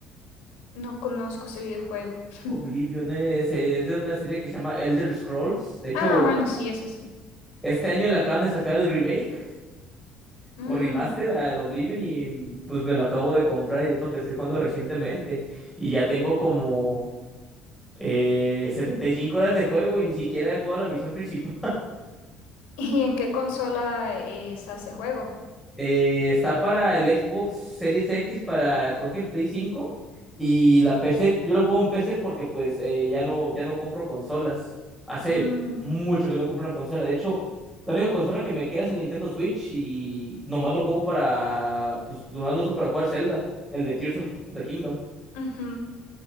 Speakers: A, on the left (about 90°); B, in the centre.
A: No conozco ese videojuego. <laughs>
B: Oblivion es, eh, de una serie que se llama Elder Scrolls. De hecho,
A: Ah, bueno, sí, eso sí.
B: Este año le acaban de sacar el remake
A: Mm,
B: o remaster al Oblivion y pues me lo acabo de comprar y es lo que estoy jugando recientemente. Y ya tengo como eh, 75 horas de juego y ni siquiera he jugado la misión principal.
A: ¿Y en qué consola eh, está ese juego?
B: Eh, está para el Xbox Series X, para creo que el Play 5 y la PC. Yo lo juego en PC porque pues eh, ya no, ya no compro consolas. Hace
A: Mm,
B: mucho que no compro una consola. De hecho, la única consola que me queda es el Nintendo Switch y nomás lo juego para, pues nomás lo uso para jugar Zelda, el de Tears of the Kingdom.
A: ujú.